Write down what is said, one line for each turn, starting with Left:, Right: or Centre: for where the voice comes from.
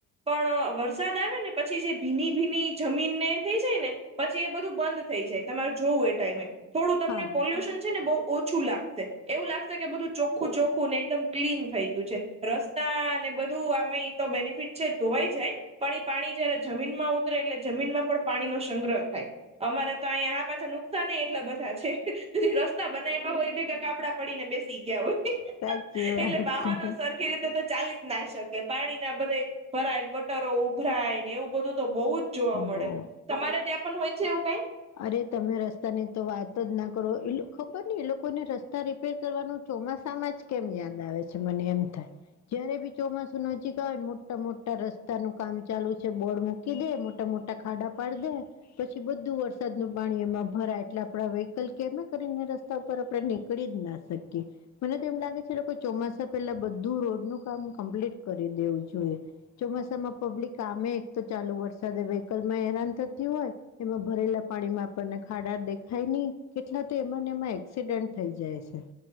Right: પણ વરસાદ આવે ને પછી જે ભીની ભીની જમીનને થઈ જાય ને પછી એ બધું બંધ થઈ જાય તમારે જોવું એ ટાઈમે થોડું તમને
Left: હા
Right: પોલ્યુશન છે ને બહુ ઓછું લાગશે એવું લાગશે કે બધું ચોખ્ખું ચોખ્ખું ને એકદમ ક્લીન થઈ ગયું છે રસ્તા અનેને બધું આમે તો બેનિફિટ છે, ધોવાઈ જાય. પણ એ પાણી જયારે જમીનમાં ઉતરે એટલે જમીનમાં પણ પાણીનો સંગ્રહ થાય. અમારે તો અહીંયા આ પાછા નુકસાન એટલા બધા છે. પછી રસ્તા બનાવમાં હોય ભેગા કાપડા પડીને બેસી ગયા હોય.
Left: સાચી
Right: એટલે
Left: વાત
Right: વાહનો
Left: છે
Right: સરખી રીતે તો ચાલી ના શકે પાણી ના બધે ભરાય ગટરો ઉભરાય ને એવું બધું તો બહુ જ જોવા મળે
Left: બો
Right: તમારે ત્યાં પણ હોય છે એવું કઈ?
Left: અરે તમે રસ્તા ની તો વાત જ ના કરો એ ખબર ને એ લોકોને રસ્તા રિપેર કરવાનું ચોમાસા માં જ કેમ યાદ આવે છે મને એમ થાય. જયારે બી ચોમાસું નજીક આવેને મોટા મોટા રસ્તાનું કામ ચાલુ છે બોર્ડ મૂકી દે મોટા મોટા ખાડા પાડ દે પછી બધું વર વરસાદ નું પાણી એમાં ભરાય એટલે આપણા વ્હીકલ કેમે કરીને રસ્તા ઉપર આપણે નીકળી જ ના શકીએ. મને તો એમ લાગે છેઈ ચોમાસા પેલા બધું રોડનું કામ કમ્પ્લીટ કરી દેવું જોઈએ. ચોમાસામાં પબ્લિક આમે એક તો, ચાલુ વરસાદ વ્હીકલમાં હેરાન થતી હોય. એમાં, ભરેલા પાણીમાં આપણને ખાડા દેખાય નહી, કેટલા તો એમાંને એમાં એક્સિડન્ટ થઈ જાય છે.